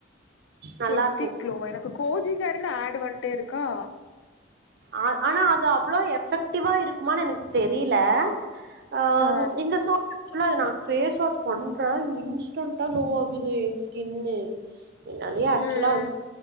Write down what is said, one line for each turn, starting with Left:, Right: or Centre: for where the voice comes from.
Right: நல்லா
Left: எத்தி
Right: இருக்கு
Left: க்ளோவா எனக்கு கோஜிகெருன்னு ஆட் வந்துட்டே இருக்கா
Right: ஆ ஆனா அது அவ்ளோ எஃபெக்டிவா இருக்குமானு எனக்கு தெரில அ
Left: ஆ
Right: இந்த சோ ஆக்சுலா நா ஃபேஸ் வாஷ் பண்ற இன்ஸ்டன்டா குளோ ஆகுது ஸ்கினு என்னாலயே ஆக்சுலா
Left: ம்
Right: வ